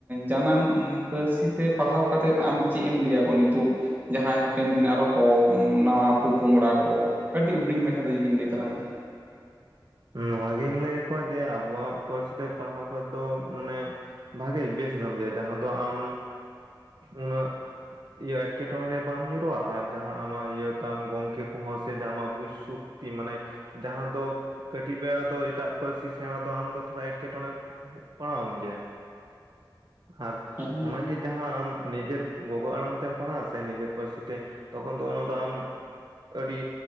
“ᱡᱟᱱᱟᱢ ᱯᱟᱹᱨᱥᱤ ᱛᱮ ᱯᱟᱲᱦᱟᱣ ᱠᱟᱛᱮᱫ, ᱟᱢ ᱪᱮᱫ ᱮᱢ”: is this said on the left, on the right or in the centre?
Right